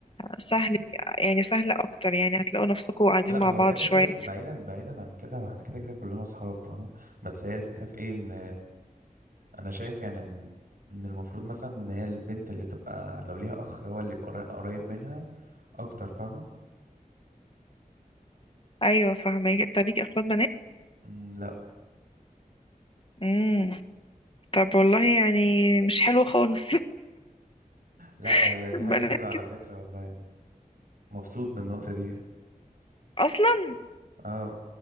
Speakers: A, on the left; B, on the right.
A: سهل يعني سهل اكتر يعني هتلاقوا نفسكم قاعدين
B: لا
A: مع
B: هو
A: بعض
B: كده
A: شوية
B: كده بعيدا بعيدا عن كده هو احنا كده كده كلنا اصحاب فاهمة بس هي الفكرة في ايه ان انا شايف يعني ان ان المفروض مثلا ان هي البنت اللي تبقى لو ليها اخ هو اللي يبقى قري- قريب منها اكتر فاهمة
A: ايوه فاهمك انت ليك اخوات بنات
B: مم، لا
A: امم طب والله يعني مش حلو خالص
B: لا
A: <laughs>
B: هي دي
A: البنات
B: حاجة حلوة على فكرة والله يعني مبسوط بالنقطة دي يعني.
A: اصلا
B: اه